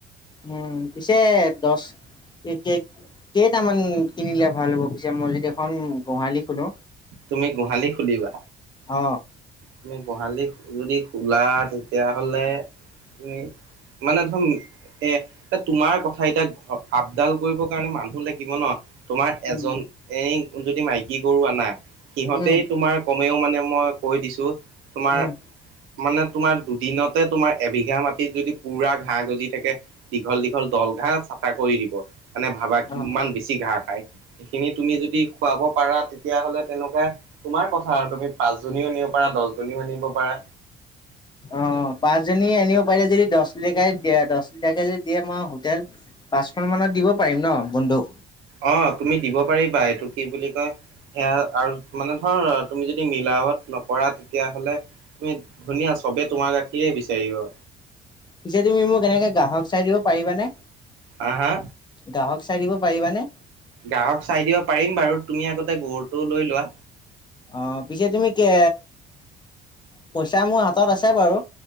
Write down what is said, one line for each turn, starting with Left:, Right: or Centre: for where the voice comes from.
Left: উম, পিছে দহ। এ কে কেইটামান কিনিলে ভাল হ'ব পিছে মই যদি এখন গোহালি খোলো?
Right: তুমি গোহালি খুলিবা?
Left: অ।
Right: তুমি গোহালি যদি খোলা তেতিয়া হ'লে তুমি মানে ধম এ এ তোমাৰ কথা এতিয়া আপডাল কৰিবৰ কাৰণে মানুহ লাগিব ন। তোমাৰ
Left: উম
Right: এজন এই যদি মাইকী গৰু আনা সিহঁতেই
Left: উম,
Right: তোমাৰ কম। তেওঁ মানে মই কৈ দিছো তোমাৰ
Left: উম,
Right: মানে তোমাৰ দুদিনতে তোমাৰ এবিঘা মাটিত যদি পুৰা ঘাঁ গজি থাকে দীঘল, দীঘল দল ঘা চাফা কৰি দিব মানে ভাবা কিমান
Left: অ', অ',
Right: বেছি ঘা খাই। সেইখিনি তুমি যদি খুৱাব পাৰা তেতিয়া হ'লে তেনেকুৱা তোমাৰ কথা আৰু তুমি পাঁচজনীও নিয় পাৰা দহজনীও আনিব পাৰা।
Left: অ পাঁচজনী আনিব পাৰিলে যদি দহ লিকাই দিয়ে দহ লিটাকে যদি দিয়ে মই হোটেল পাঁচখন মানত দিব পাৰিম ন বন্ধু।
Right: অ তুমি দিব পাৰিবা এইটো কি বুলি কয় সেয়া আৰু মানে ধৰ তুমি যদি মিলাৱত নকৰা তেতিয়া হ'লে তুমি ধুনীয়া চবে তোমাৰ গাখীৰে বিচাৰিব।
Left: পিছে তুমি মোক এনেকে গ্ৰাহক চাই দিব পাৰিবানে?
Right: হা হা
Left: গ্ৰাহক চাই দিব পাৰিবানে?
Right: গাহক চাই দিব পাৰিম বাৰু তুমি আগতে গৰুটো লৈ লোৱা।
Left: অ', পিছে তুমি কে পইচা মোৰ হাতত আছে বাৰু।